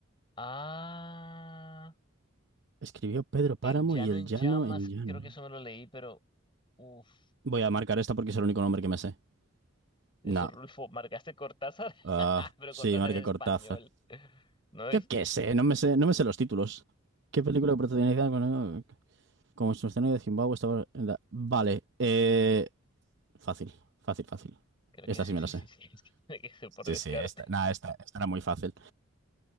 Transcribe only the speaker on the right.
escribió Pedro Páramo
y el
llano
en llano.
Voy a marcar esta porque es el único nombre que me sé.
No.
Ah,
sí,
marqué
Cortázar.
Yo qué sé, no me sé, no me sé los títulos. ¿Qué película protagonizada con- como escenario de Zimbabue estaba en la- Vale, eh, fácil, fácil, fácil.
Esta
sí me
la sé.
Sí,
sí, esta, nada, esta, esta era muy fácil.